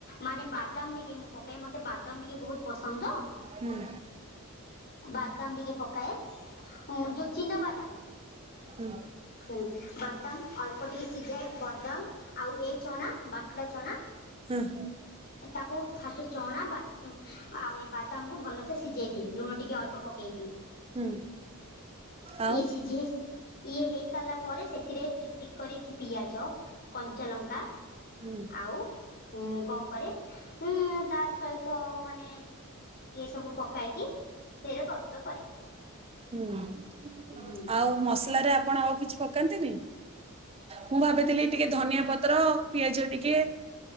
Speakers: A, on the left (about 45°); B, on the right (about 25°).
A: ମାନେ ବାଦାମ ଟିକେ ମୁଁ ପକାଏ ମତେ ବାଦାମ ଟିକେ ବହୁତ ପସନ୍ଦ ତ।
B: ହୁଁ।
A: ବାଦାମ ଟିକେ ପକାଏ ଯୋଉ ଚିନା ବାଦାମ।
B: ହୁଁ।
A: ହୁଁ ବାଦାମ ଅଳ୍ପ ଟିକେ ସିଝା ବାଦାମ ଆଉ ଏ ଚଣା ବାଟୁଳା ଚଣା
B: ହୁଁ ହୁଁଁ।
A: ତାକୁ ଫାଷ୍ଟ ଚଣା ବାଟ ଆଉ ଏ ବାଦାମକୁ ଭଲସେ ସିଝେଇ ଦିଏ ଲୁଣ ଟିକେ ଅଳ୍ପ ପକେଇକି।
B: ହୁଁ। ଆଉ
A: ଇଏ ସିଝେ ଇଏ ହେଇ ସାରିଲା ପରେ ସେଥିରେ ଟି ଟି କରିକି ପିଆଜ କଞ୍ଚାଲଙ୍କା
B: ହୁଁ
A: ଆଉ ହୁଁ କଣ କରେ? ହୁଁ ତା ସହିତ ମାନେ ଇଏ ସବୁ ପକାଇକି ସେରେ ପ୍ରସ୍ତୁତ କରେ।
B: ହୁଁ।
A: ହୁଁ।
B: ଆଉ ମସଲାରେ ଆପ ଆପଣ ଆଉ କିଛି ପକାନ୍ତିନୀ? ମୁଁ ଭାବିଥିଲି ଟିକେ ଧନିଆ ପତ୍ର ପିଆଜ ଟିକେ